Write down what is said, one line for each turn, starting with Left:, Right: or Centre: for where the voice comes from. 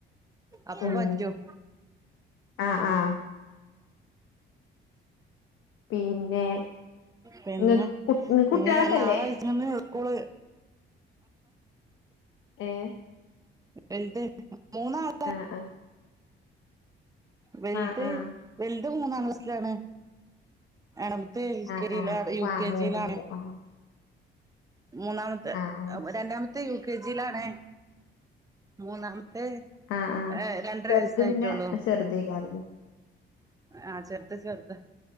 Right: അപ്പൊ
Left: ഉം
Right: പറ്റും.
Left: ആഹ് ആഹ് പിന്നെ
Right: പിന്നെ
Left: ഇങ്ങ ഇങ്ങക്ക് കുട്ടികളൊക്കെല്ലേ
Right: ഇനി നാളെ അഴിച്ച്മ്മന്ന് സ്കൂൾ
Left: ഏഹ്
Right: വലുത് മൂന്നാള്
Left: ആഹ് ആഹ്
Right: വെൽത്
Left: ആഹ് ആഹ്
Right: വെൽത് മൂന്നാം ക്ലാസിലാണ്. നട്ത്തെ എൽ
Left: ആഹ്
Right: കെ ജിലാണ്
Left: ആഹ്
Right: യു
Left: വാ
Right: കെ
Left: മൂന്നിലില്
Right: ജിലാണ്
Left: ആഹ്
Right: മൂന്നാമത്തെ
Left: ആഹ് ആഹ്
Right: രണ്ടാമ ത്തെ യു കെ ജിലാണ് മൂന്നാമത്തെ
Left: ആഹ് ആഹ്
Right: ഏഹ് രണ്ടര
Left: ചെറുത്
Right: വയസായിട്ടൊള്ളൂ
Left: പിന്നെ ചെറുതേക്കാരല്ലേ
Right: ആഹ് ചെർ പറ്റെ ചെറുതാ